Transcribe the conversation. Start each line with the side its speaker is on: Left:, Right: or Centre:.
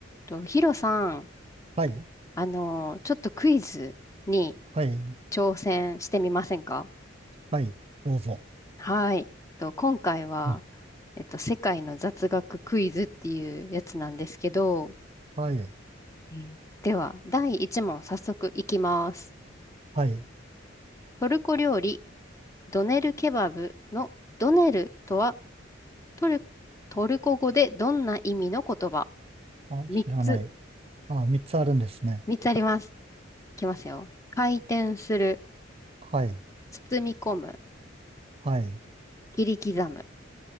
Left: と、ヒロさん、
Right: はい、
Left: あの、ちょっとクイズに
Right: はい、
Left: 挑戦してみませんか
Right: はい、どうぞ。
Left: はい。と、今回は、
Right: はい
Left: えっと、世界の雑学クイズっていうやつなんですけど、
Right: はい、
Left: えーでは、第1問早速いきます。
Right: はい。
Left: トルコ料理、ドネルケバブのドネルとはトル、トルコ語でどんな意味の言葉
Right: あ、
Left: ?3
Right: 知らない。
Left: つ、
Right: あ、三つあるんですね。
Left: 3つあります。いきますよ。回転する、
Right: はい、
Left: 包み込む、
Right: はい。
Left: 切り刻む。